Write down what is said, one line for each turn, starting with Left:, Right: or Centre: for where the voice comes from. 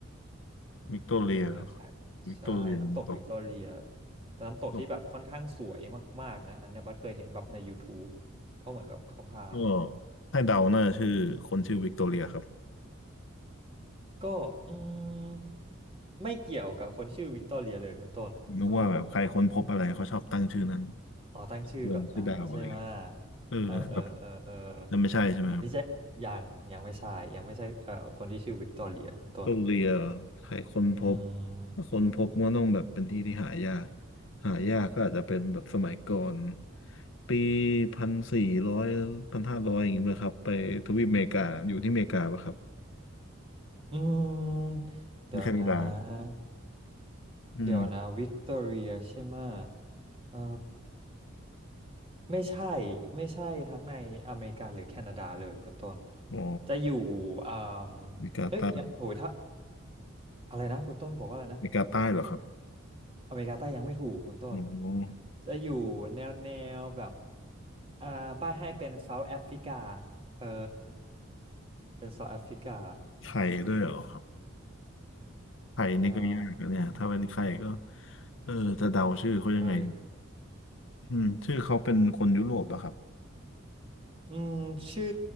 Left: วิกตอเรียครับ
Right: เออใช่
Left: วิกตอเรียตก
Right: ใช่น้ำตกวิกตอเรียเป็นน้ำตกที่แบบค่อนข้างสวยมากๆนะอันเนี้ยบัสเคยเห็นแบบใน
Left: ตก
Right: YouTube เพราะเหมือนแบบเขาพา
Left: ก็ให้เดาน่าจะชื่อคนชื่อวิกตอเรียครับ
Right: ก็อืมไม่เกี่ยวกับคนชื่อวิกตอเรียเลยคุณต้นเออ
Left: นึกว่าแบบใครค้นพบอะไรเขาชอบตั้งชื่อนั้น
Right: อ๋อตั้งชื่อแบบนั้นใช่ไหม
Left: ลงชื่อดาวอะไรเงี้ยเออแบบ
Right: เออเออเออเออ
Left: นั่นไม่ใช่ใช่ไหมครับ
Right: อันนี้จะยังยังไม่ใช่ยังไม่ใช่เอ่อคนที่ชื่อวิกตอเรียคุณต้น
Left: โดนเรียใครค้นพบ
Right: อืม
Left: ถ้าค้นพบมันก็ต้องแบบเป็นที่ที่หายากหายากก็อาจจะเป็นแบบสมัยก่อนปีพันสี่ร้อยพันห้าร้อยอย่างเงี้ยครับไปทวีปอเมริกาอยู่ที่อเมริกาปะครับ
Right: อืมเดี๋ยวนะ
Left: หรือแคนาดาอืม
Right: เดี๋ยวนะวิกตอเรียใช่ไหมเออไม่ใช่ไม่ใช่ทั้งในอเมริกาหรือแคนาดาเลยคุณต้น
Left: อ๋อ
Right: จะอยู่อ่า
Left: อเมริกาใต้อ
Right: เอ้ยยังโหถ้า อะไรนะคุณต้นบอกว่าอะไรนะ
Left: เมริกาใต้เหรอครับ
Right: อเมริกาใต้ยังไม่ถูกคุณต้น
Left: อ๋อ
Right: จะอยู่แนวแนวแบบอ่าบ้ายให้เป็นเซาท์แอฟริกาเออเป็นเซาท์แอฟริกา
Left: ไข่ด้วยเหรอครับไข่นี่ก็ยากนะเนี่ยถ้าเป็นไข่ก็
Right: ใช่
Left: เออจะเดาชื่อเขายังไง
Right: ใช่ครับ
Left: อืมชื่อเขาเป็นคนยุโรปอะครับ
Right: อืมชื่อ